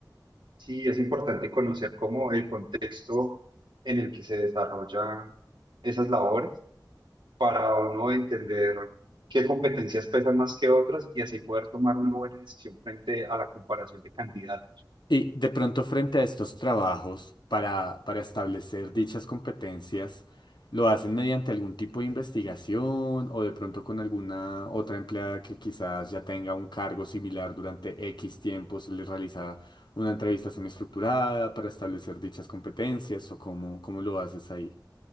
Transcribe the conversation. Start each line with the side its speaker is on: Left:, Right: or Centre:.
Right: Sí, es importante conocer cómo el contexto en el que se desarrollan esas labores para uno entender qué competencias pesan más que otras y así poder tomar una buena decisión frente a la comparación de candidatos.
Left: Y de pronto frente a estos trabajos, para, para establecer dichas competencias, ¿lo hacen mediante algún tipo de investigación o de pronto con alguna otra empleada que quizás ya tenga un cargo similar durante X tiempo, se les realiza una entrevista semiestructurada para establecer dichas competencias o cómo, cómo lo haces ahí?